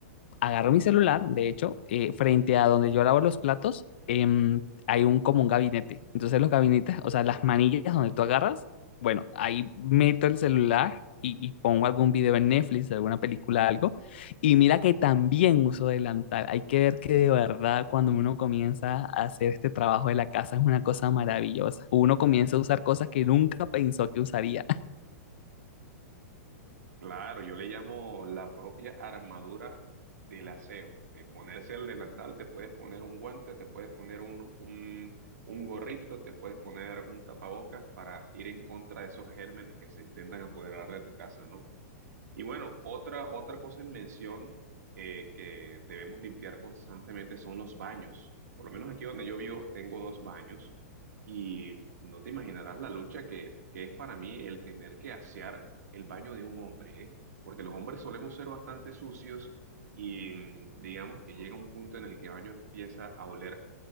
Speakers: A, on the left; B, on the right.
A: agarré mi celular, de hecho, eh, frente a donde yo lavo los platos, em, hay un como un gabinete. Entonces los gabinetes, o sea, las manillas donde tú agarras, bueno, ahí meto el celular y, y pongo algún video en Netflix, alguna película, algo. Y mira que también uso delantal. Hay que ver que de verdad cuando uno comienza a hacer este trabajo de la casa es una cosa maravillosa. Uno comienza a usar cosas que nunca pensó que usaría.
B: Claro, yo le llamo la propia armadura del aseo. Eh, ponerse el delantal, te puedes poner un guante, te puedes poner un, un, un gorrito, te puedes poner un tapabocas para ir en contra de esos gérmenes que se intentan apoderar de tu casa, ¿no? Y bueno, otra, otra cosa en mención eh, que debemos limpiar constantemente son los baños. Por lo menos aquí donde yo vivo tengo dos baños y no te imaginarás la lucha que, que es para mí el tener que asear el baño de un hombre, ¿eh? Porque los hombres solemos ser bastante sucios y mm, digamos que llega un punto en el que el baño empieza a oler